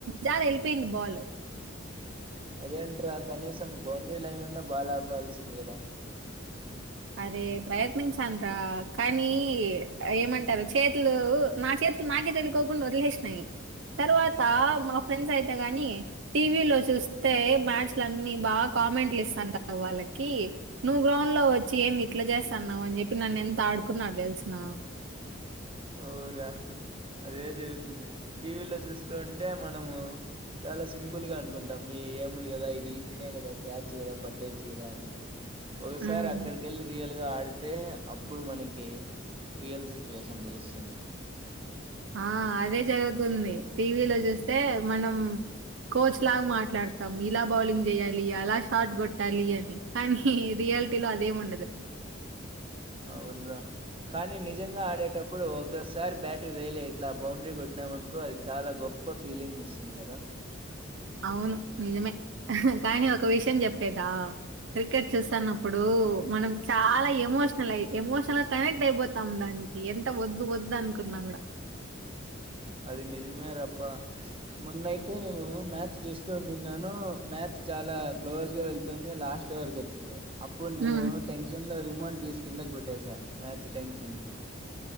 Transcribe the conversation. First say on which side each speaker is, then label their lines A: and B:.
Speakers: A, on the right; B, on the right.
A: జాల వెళ్ళిపోయింది బాల్
B: అదేంట్రా కనీసం బౌండరీ లైన్నన్న బాల్ ఆపాల్సింది కదా
A: అరే ప్రయత్నించాను రా కానీ ఏమంటారు చేతులు నా చేతులు నాకే తెలుకోకుండా వదిలేసినాయి తర్వాత మా ఫ్రెండ్స్ అయితే గాని టీవీలో చూస్తే మ్యాచ్లు అన్ని బాగా కామెంట్లు ఇస్తాంట వాళ్ళకి నువ్వు గ్రౌండ్ లో వచ్చ చెయండి ఇట్లా చేస్తాన్నావ అని చెప్పి నన్ను ఎంత ఆడుకున్నారు తెలిసిన
B: ఓరా అదే జరుగుతుంది టీవీలో చూస్తుూంటే మనము చాలా సింపుల్ గా అనుకుంటాము ఈ ఏముంది కదా ఇది ఈజీనే కదా క్యాచ్ కదా పట్టేయచ్చు కదా అని చెప్పి ఒకసారి
A: ఉమ్.
B: అక్కడికెళ్ళి రియల్ ముందుగా ఆడితే అప్పుడు మనకి రియల్ స్వీచువేషన్ తెలుస్తుంది సమ్
A: ఆ అదే జరుగుతుంది టీవీలో చూస్తే మనం కోచ్ లాగా మాట్లాడతాం ఇలా బౌలింగ్ చేయాలి అలా షాట్ కొట్టాలి అని కానీ రియాలిటీలో అదేమి ఉండదు
B: అవున్రా కానీ నిజంగా ఆడేటప్పుడు ఒకసారి బ్యాట్కి తగిలే ఇట్లా బౌండరీ కొట్టినామ అనుకో అది చాలా గొప్ప ఫీలింగ్ ఇస్తుంది కదా
A: అవును నిజమే కానీ ఒక విషయం చెప్పేదా క్రికెట్ చూస్తన్నప్పుడు మనం చాలా ఎమోషనల్ అయి ఎమోషనల్ గా కనెక్ట్ అయిపోతాం దానికి ఎంత వద్దు వద్దు అనుకున్నా కూడా
B: అది నిజమే రప్ప మొన్నయితే నేను మ్యాచ్ చూస్తూ నిన్నాను మ్యాచ్ చాలా క్లోజ్గా వెళ్తుంది లాస్ట్ వరకు వచ్చింది అప్పుడు నేను
A: ఉమ్,
B: టెన్షన్ లో రిమోట్ తీసు కింద కొట్టేసా మ్యాచ్ టెన్షన్ కి